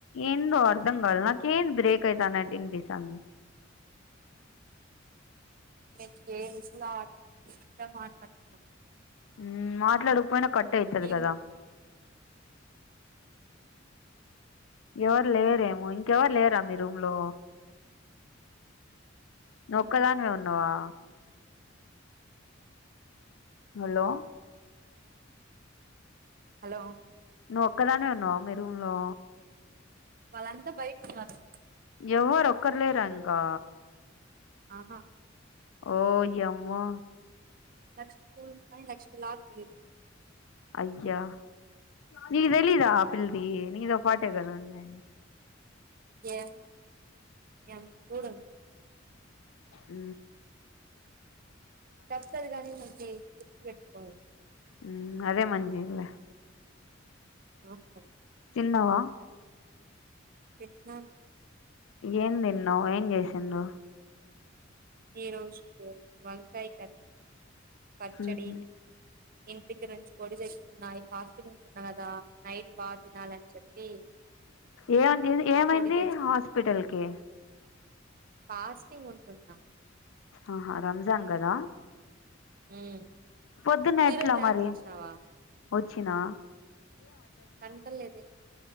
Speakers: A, on the left; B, on the right.
A: ఏందో దంగల్ నాకేం ది బ్రేక్ ఐతానాట్ వినిపిస్తాంది
B: <inaudible>
A: ఉమ్ మాట్లాడకపోయినా కట్ అయితది
B: ఈవినింగ్
A: కదా ఎవరు లేరేమో ఇంకెవరు లేరా మీ రూమ్ లో నువ్వొక్కదానివే ఉన్నావా హలో
B: హలో
A: నువ్వు ఒక్కదానే ఉన్నావా మీ రూమ్లో
B: వాళ్ళంతా బయట ఉన్నారు
A: ఎవరు ఒక్కర్లేరింకా
B: అహా
A: ఓయమ్మ
B: లక్ష్మీపూర్ణ ఉ కాని లక్ష్మీలా ఉంది
A: అయ్య నిక్ తెలీదా ఆ పిల్ది నిదో పాటే కద ఉండేది
B: ఏం ఏం కూడ
A: ఉ
B: తప్పది గాని నీకు గుర్తు పెట్టుకో
A: ఉ అదే మంచిదిలె
B: ఆ హా
A: తిన్నావా
B: తిన్నన్
A: ఏం తిన్నావు ఏం చేసిండ్లు
B: ఈరోజు వంకాయ కర్రీ పచ్చడి
A: మ్మ్
B: ఇంటి గరించి పొడి తెచ్చుకున్నా హాస్టల్ లో ఉంటున్న కదా నైట్ బా తినాలని చెప్పి
A: ఏ అండి ఏమైంది
B: పొడి తెచ్చుకున్నా
A: హాస్పిటల్కి
B: ఫాస్టింగ్ ఉంటున్నా
A: ఆహా రంజాన్గదా
B: ఉమ్
A: పొద్దున్నెట్లా
B: నువ్వు ఈ రోజు ల్యాబ్కి
A: మరి
B: వచ్చినావా
A: ఓచ్చినా
B: కనపడలేదే